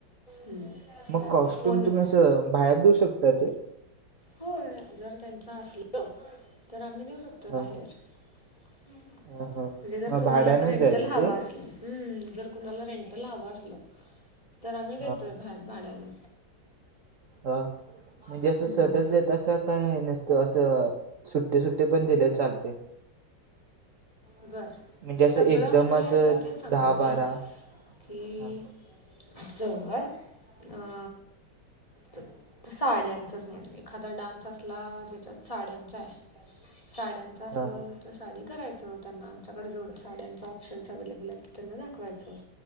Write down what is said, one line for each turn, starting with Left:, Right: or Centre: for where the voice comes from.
Left: हम्म.
Right: मग
Left: अ,
Right: कॉस्ट्यूम
Left: फोन येत
Right: तुम्ही असं बाहेर देऊ शकता ते?
Left: होय जर त्यांच असलं, तर आम्ही देऊ शकतो
Right: हा
Left: बाहेर. म्हणजे
Right: हा
Left: जर
Right: हा
Left: कुणाला
Right: भाड्यानच
Left: तर रेंटल
Right: द्यायचं
Left: हवा
Right: ते
Left: असलं. हम्म. जर कुणाला रेंट ला हवं असलं, ‌ तर आम्ही देतोय
Right: हा हा
Left: बाहेर भाड्यानं.
Right: हा म्हणजे
Left: हम्म
Right: असं सटर देतायसा काय नसतं असं सुट्टी सुट्टी पण दिलंय चालतंय.
Left: बरं
Right: म्हणजे असं
Left: सगळं
Right: एकदमच
Left: म्हणजे आता तेच सांगलोय
Right: दहा
Left: रे,
Right: बारा
Left: की
Right: हा
Left: जोवर अ तर साड्यांचाच म्हण एखादा डान्स असला ज्याच्यात साड्यांच आहे साड्यांचं असलं
Right: हा
Left: तर साडी करायचं त्यांना आमच्याकडं जेवढं साड्यांचा ऑप्शन्स अव्हेलेबल आहेत ते त्यांना दाखवायचं.